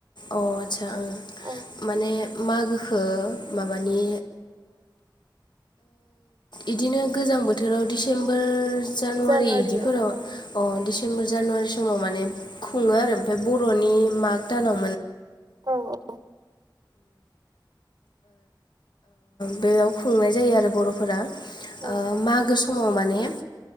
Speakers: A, on the left (about 65°); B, on the right (about 55°).
A: अ आतसा ओं
B: औ
A: माने मागोखो माबानि इदिनो गोजां बोथोराव डिसेम्बर जानुवारि
B: जानुवारियाव
A: बिदिफोराव
B: औ
A: प्तेम्बर जानुवारि समाव माने खुङो आरो ओमफ्राय बर'नि माग दानाव
B: औ औ
A: बेयाव खुंनाय जायो आरो बर'फोरा
B: औ
A: मागो समाव माने